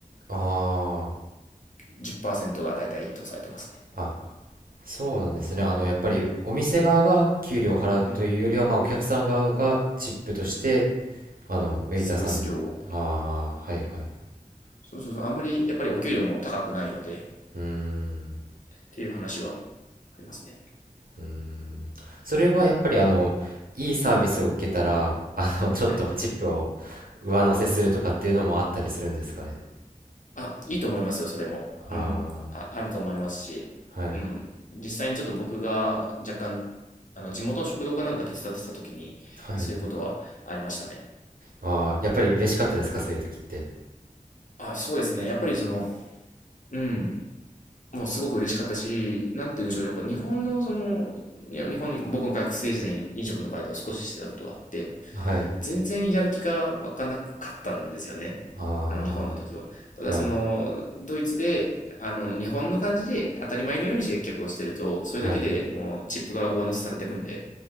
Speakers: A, on the right (about 80°); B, on the left (about 60°).
A: あ
B: 10%が大体いいとされてますね。
A: あ、あ、そうなんですね。あの、やっぱりお店側が給料を払うというよりは、
B: はい。
A: まあ、お客さん側がチップとして、あの、ウェイターさんに。
B: サービス料を。
A: ああ、はいはい。
B: そうそうそう。あんまりやっぱりお給料も高くないので、
A: うーん、
B: っていう話はありますね。
A: うーん。それはやっぱり、あの、いいサービスを受けたら、あの、ちょっとチップを
B: はい。
A: 上乗せするとかっていうのもあったりするんですかね。
B: あ、いいと思いますよ、それも。
A: あ
B: うん。あ、あると思いますし。
A: あ、はい。
B: うん。実際にちょっと僕が若干、あの、地元の食堂かなんか手伝ってた時に、
A: はい。
B: そういうことはありましたね。
A: ああ、やっぱり嬉しかったですか、そういう時って。
B: あ、そうですね。やっぱりその、うん、もうすごく嬉しかったし、なんて言うんでしょう、やっぱ日本のその、いや、日本に、僕も学生時代に飲食のバイトを少ししてたことがあって、
A: はい。
B: 全然やる気が湧かなかったんですよね。
A: ああ、
B: あの、日本の時は。ただその、
A: はい。
B: ドイツで、あの、日本の感じで当たり前のように接客をしてると、それだけでもうチップが上乗せされてくんで、
A: はい。